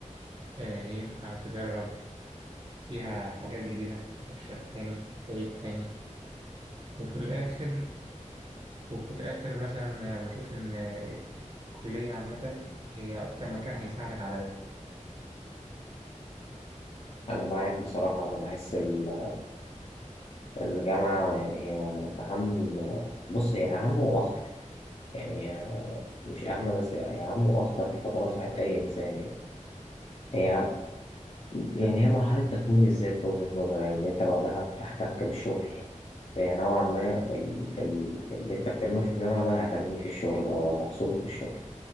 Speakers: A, on the right (about 45°); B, on the left (about 50°).
A: آه، ينفع تجرب فيها حاجات جديدة تفشل تاني تعيد تاني وفي الآخر وفي الآخر مثلا آه، بشوف إن آه، الكلية عامة هي أكتر مكان هيساعدك على ده
B: أنا معاك بصراحة أنا بحس ال- الجامعة يعني هي أهم بص هي أهم وأخطر يعني هي مش أهم بس هي أهم وأخطر الفترات في حياة أي إنسان يعني هي يعني هي مرحلة تكوين الذات في وجهة نظري يعني إن أنت بعدها بتحتك بالشغل فهي نوعا ما ال- ال- اللي أنت بتعمله في الجامعة بقى هتجنيه في الشغل بقى وهتحصده في الشغل